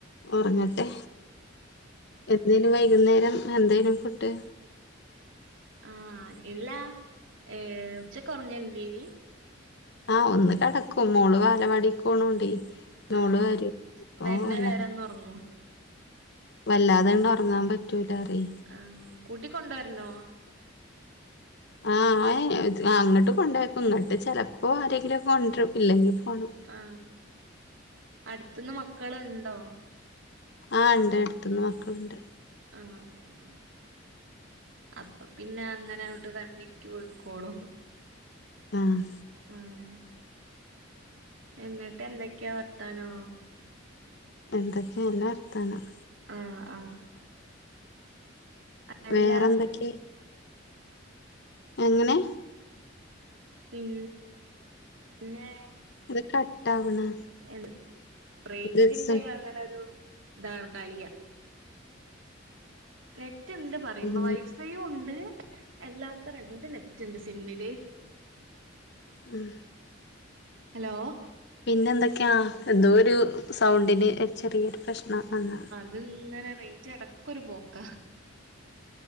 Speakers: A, on the left (about 60°); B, on the right (about 75°).
A: ഒറങ്ങട്ടെ എന്തേനു വൈകുന്നേരം എന്തേനു ഫുഡ്‌
B: ആഹ് എല്ലാ ഏ ഉച്ചക്ക് ഒറങ്ങലിണ്ടേനി
A: ആ ഒന്ന് കേടക്കും മോള് വാലവാടിക്ക് പോകുന്നത് ഓണ്ട് മോള്
B: ആഹ്
A: വരും
B: വരണ
A: ഓ അല്ല
B: വരെ ഒന്ന് ഒറങ്ങും
A: വല്ലാതെണ്ട് അർങ്ങാൻ പറ്റൂലാറ്യയ്
B: ആ കൂട്ടിക്കൊണ്ടുരന്നോ
A: ആ അങ്ങട്ട് കൊണ്ടാക്കും ഇങ്ങട്ട് ചെലപ്പോ ആരെങ്കിലുംക്കെ കൊണ്ടരും. ഇല്ലെങ്കി ഫോണ്
B: ആ അടുത്തന്ന് മക്കളുണ്ടോ
A: ആണ്ട് എട്ത്ത്ന്ന് മക്കള്ണ്ട്
B: ആഹ് ആഹ് ആഹ് അപ്പോ പിന്നെ അങ്ങനെ ആവുടു കഞ്ഞിക്ക് പൊയ്ക്കോളും
A: ആഹ്
B: ആഹ് എന്നിട്ട് എന്തൊക്കെയാ വാർത്താനോ.
A: എന്തൊക്കെ നല്ല വർത്താനം.
B: ആഹ് ആഹ് അല്ല
A: വേറെന്തൊക്കെ
B: പി
A: എങ്ങനെ
B: പിൻ പിന്നെ
A: അത് കട്ടാവ്ണ്
B: എന്ത് റൈഞ്ചിന്റെ
A: ഇത് സ
B: അങ്ങനെ ഒരു ഇതാ കളിയ നെറ്റ് ഇണ്ട് പായുമ്പോ
A: ഉം.
B: വൈഫൈയും ഉണ്ട് എല്ലാത്തേ രണ്ട് നെറ്റ് ഇണ്ട് സിമ്മില്
A: ഉം
B: ഹലോ
A: പിന്നെ എന്തൊക്കെയാ എന്തൊരു സൗണ്ടിന് ചെറിയൊരു പ്രശ്നം ആഹ് ആഹ്
B: അത് ഇങ്ങനെ റേഞ്ച് എടക്കൊ ഒരു പോക്ക